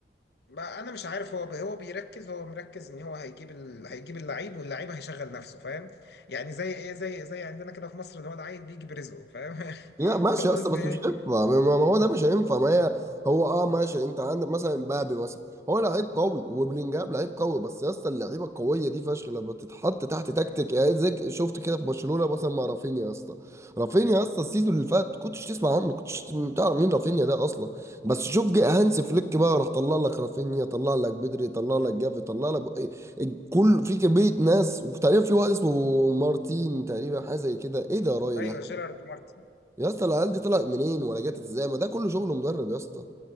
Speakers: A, on the left; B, on the right.
A: ما انا مش عارف هو هو بيركز هو مركز ان هو هيجيب ال... هيجيب اللعيب واللعيب هيشغل نفسه فاهم يعني زي ايه زي زي عندنا كده في مصر اللي هو العيل بيجي برزقه فاهم <laughs>
B: لا ماشي
A: هو
B: يا اسطى
A: بص
B: بس
A: ايه
B: مش هينفع ما ما هو ده مش هينفع ما هي هو اه ماشي انت عندك مثلا مبابي مثلا هو لعيب قوي وبلينجهام لعيب قوي بس يا اسطى اللعيبه القويه دي فشخ لما تتحط تحت تكتيك يعني زي شفت كده في برشلونه مثلا مع رافينيا يا اسطى رافينيا يا اسطى السيزون اللي فات كنتش تسمع عنه كنتش تعرف مين رافينيا ده اصلا بس شوف جه هانس فليك بقى راح طلع لك رافينيا طلع لك بدري طلع لك جافي طلع لك إيه، كل في كميه ناس وتقريبا في واحد اسمه مارتين تقريبا حاجه زي كده ايه ده يا راجل
A: ايوه جيرارد مارتن
B: يا اسطى العيال دي طلعت منين ولا جت ازاي ما ده كله شغل مدرب يا اسطى